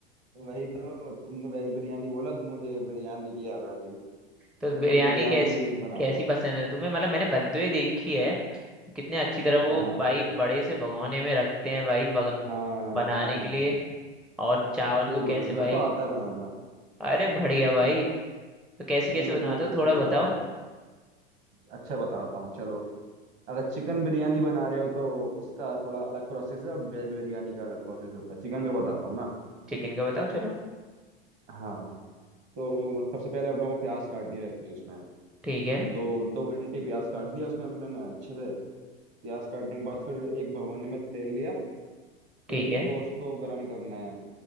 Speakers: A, on the right; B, in the centre.
A: वही तो तुमने वेज बिरयानी बोला तो मुझे बिरयानी की याद आ गई चलो
B: तो बिरयानी
A: मैं बिरयानी
B: कैसी
A: बनाऊंगा
B: कैसी पसंद है तुम्हें मतलब मैंने बनते हुए देखी है कितने अच्छी तरह वो
A: हाँ
B: भाई बड़े से भगोने में रखते हैं भाई बगा-
A: हाँ
B: बनाने
A: हाँ
B: के लिए और चावल
A: सही
B: को कैसे
A: बोले मेरे
B: भाई
A: को आता है बनाना
B: अरे बढ़िया भाई तो कैसे कैसे
A: मेरे
B: बनाते
A: को सब
B: हो थोड़ा
A: कुछ
B: बताओ
A: आता है अच्छा बताता हूँ चलो अगर चिकन बिरयानी बना रहे हो तो उसका थोड़ा अलग प्रोसेस है और वेज बिरयानी का अलग प्रोसेस होता है चिकन का बताता हूँ ना
B: चिकन का बताओ चलो
A: हाँ तो सबसे पहले हम लोगों को प्याज काटनी रहती है उसमें
B: ठीक है
A: दो दो घंटे प्याज काट लिया उसमें हम लोग ने अच्छे से प्याज काटने के बाद फिर एक भगोने में तेल लिया तेल
B: ठीक है
A: को उसको गर्म करना है